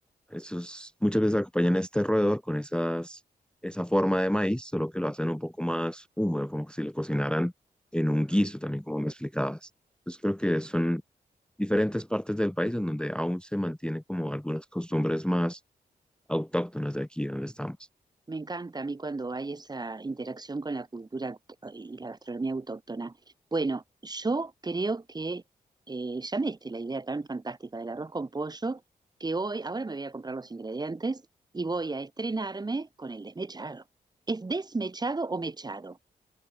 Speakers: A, in the centre; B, on the right (about 25°).
A: Esos muchas veces acompañan este roedor con esas, esa forma de maíz, solo que lo hacen un poco más húmedo, como si lo cocinaran en un guiso también, como me explicabas. Entonces creo que son diferentes partes del país en donde aún se mantiene como algunas costumbres más autóctonas de aquí donde estamos.
B: Me encanta a mí cuando hay esa interacción con la cultura auto- y la gastronomía autóctona. Bueno, yo creo que eh, ya me diste la idea tan fantástica del arroz con pollo que hoy, ahora me voy a comprar los ingredientes y voy a estrenarme con el desmechado. ¿Es desmechado o mechado?